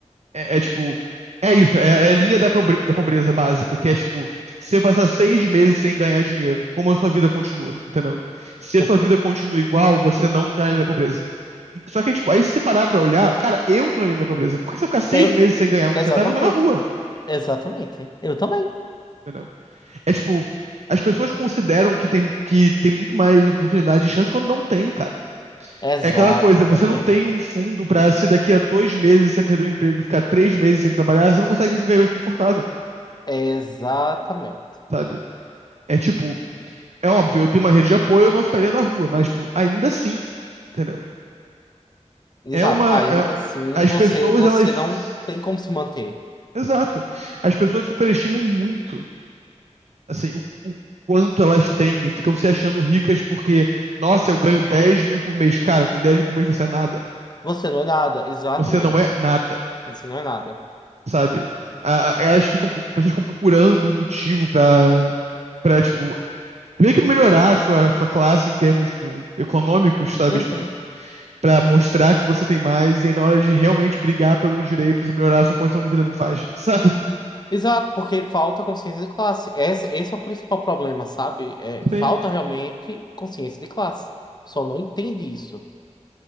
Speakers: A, on the right; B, on the left.
A: É, é, tipo. É isso, é, é a linha da, pobre- da pobreza básica, que é tipo, se você passar seis meses sem ganhar dinheiro, como a sua vida continua, entendeu? Se
B: <laughs>
A: a sua vida continua igual, você não tá na linha da pobreza. E- Só que, tipo, aí se você parar pra olhar, cara, eu tô na linha da pobreza. Por que se eu ficar seis
B: Eu,
A: meses sem ganhar um
B: exatamente,
A: centavo, eu tô na rua,
B: exatamente. Eu também.
A: entendeu? É tipo, as pessoas consideram que tem, que tem muito mais oportunidade e chance quando não tem, cara.
B: Exato,
A: É aquela coisa,
B: exatamente.
A: você não tem um fundo pra se daqui a dois meses você perder o emprego e ficar três meses sem trabalhar, você não consegue viver mais confortável,
B: Exatamente.
A: sabe? É tipo, é óbvio, eu tenho uma rede de apoio, eu não ficaria na rua, mas tipo, ainda assim, entendeu?
B: Exato.
A: É uma.
B: Ainda
A: é-
B: assim,
A: as
B: você
A: pessoas,
B: você
A: elas.
B: não tem como se manter.
A: Exato. As pessoas superestimam muito assim, o, o quanto elas têm e ficam se achando ricas porque, nossa, eu ganho 10 mil por mês. Cara, com 10 mil por mês você é nada.
B: Você não é nada, exatamente.
A: Você não é nada,
B: Você não é nada.
A: sabe? Ah, elas ficam, pessoas ficam procurando um motivo pra, pra tipo, meio que melhorar a sua, a sua classe em termos, tipo, econômicos, sabe?
B: Uhum.
A: Tipo, pra mostrar que você tem mais e aí na hora de realmente brigar pelos direitos e melhorar a sua condição de vida não faz, <laughs> sabe?
B: Exato, porque falta consciência de classe. Esse, esse é o principal problema, sabe? É, falta
A: Sim.
B: realmente consciência de classe. Só não entende isso.